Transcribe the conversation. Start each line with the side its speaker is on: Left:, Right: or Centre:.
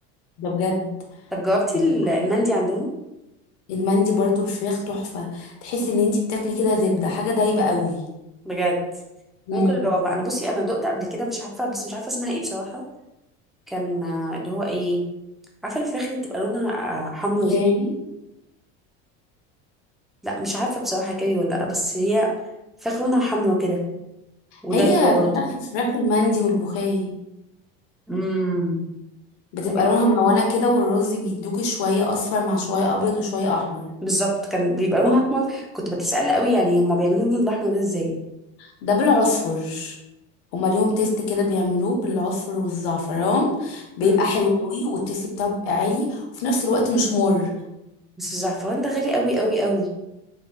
Left: ده بجد
Centre: طب جاوبتي
Left: يعني
Centre: ال- المندي عندهم
Left: المندي برضو الفراخ تحفه تحسي ان انتي بتاكلي كده زبده حاجه دايبه قوي
Centre: بجد
Left: امم
Centre: ممكن اجاوبها انا بصي انا دقت قبل كده مش عارفه بس مش عارفه اسمها ايه بصراحه كان آه، اللي هو ايه عارفه الفراخ اللي بتبقى لونها آه، حمرا
Left: اوكي
Centre: دي لا مش عارفه بصراحه كاري ولا لا بس هي فراخ لونها حمرا كده ودايبه
Left: هي
Centre: برضه
Left: فراخ فراخ المندي والبخاري
Centre: امم
Left: بتبقى
Centre: طيب
Left: لونها ملونة كده والرز بيدوكي شوية أصفر مع شوية أبيض وشوية أحمر
Centre: بالظبط كان بيبقى لون
Left: صح
Centre: احمر كنت بتسأل قوي يعني هما بيعملوا لون الاحمر ده ازاي
Left: ده بالعصفر هما ليهم تيست كده بيعملوه بالعصفر والزعفران بيبقى
Centre: امم
Left: حلو قوي والتيست بتاعه بيبقى عالي وفي نفس الوقت مش مر
Centre: بس الزعفران ده غالي قوي قوي قوي